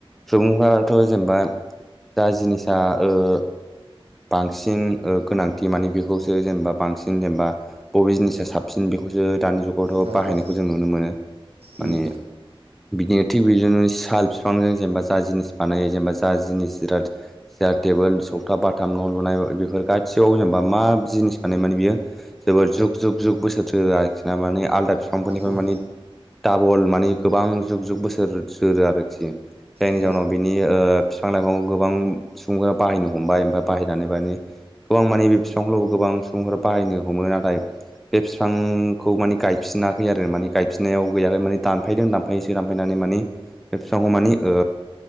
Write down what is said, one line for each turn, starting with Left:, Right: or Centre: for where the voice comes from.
Centre: सुबुंफोराथ' जेनेबा जा जिनिसा ओ बांसिन ओ गोनांथि मानि बेखौसो जेनेबा बांसिन जेनेबा। बबे जिनिसा साबसिन बेखौसो दानि जुगावथ'
Right: औ
Centre: बाहायनायखौ
Right: औ
Centre: जों नुनो मोनो
Right: उम
Centre: माने बिदिनो थिग बेदिनो साल बिफांजों जेनेबा जा जिनिस बानायो जेनेबा जा जिनिस जिराद सियार टेबोल सथा बाथाम न' लुनाय बेफोर गासिबाव जेनेबा मा जिनिस बानाय माने बियो जोबोर जुग जुग जुग बोसोरो आरोखिना माने आलदा बिफांफोरनिफ्राय
Right: उम
Centre: माने डाबल मानि गोबां जुग जुग बोसोर जोरो आरोखि जायनि
Right: औ उम औ उम औ उम औ उम औ उम औ
Centre: जाहनाव बिनि ओ बिफां लाइफां गोबां सुबुंफोरा बाहायनो हमबाय ओमफ्राय बाहायनानै माने गोबां मानि बे बिफांखौल' गोबां सुबुंफोर बाहायनो हमो नाथाय बे बिफां खौ माने गायफिनाखै आरो माने गायफिननायाव गैयाखै माने दानफायदों दानफायोसो दानफायनानै माने बे बिफांखौ मानि ओ